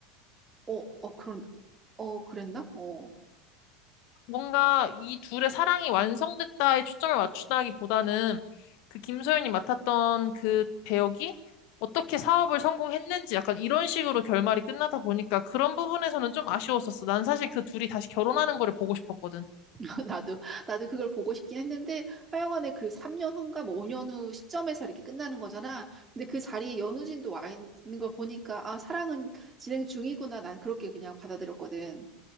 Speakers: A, on the right; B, on the left.
A: 어, 어, 그런, 어, 그랬나? 어,
B: 뭔가 이 둘의 사랑이 완성됐다에 초점을 맞추다기보다는 그 김소연이 맡았던 그 배역이 어떻게 사업을 성공했는지 약간 이런 식으로 결말이 끝나다 보니까 그런 부분에서는 좀 아쉬웠었어. 난 사실 그 둘이 다시 결혼하는 거를 보고 싶었거든.
A: <laughs> 나도, 나도 그걸 보고 싶긴 했는데, 하여간에 그 3년 후인가 뭐 5년 후 시점에서 이렇게 끝나는 거잖아. 근데 그 자리에 연우진도 와 있는 걸 보니까, 아, 사랑은 진행 중이구나. 난 그렇게 그냥 받아들였거든.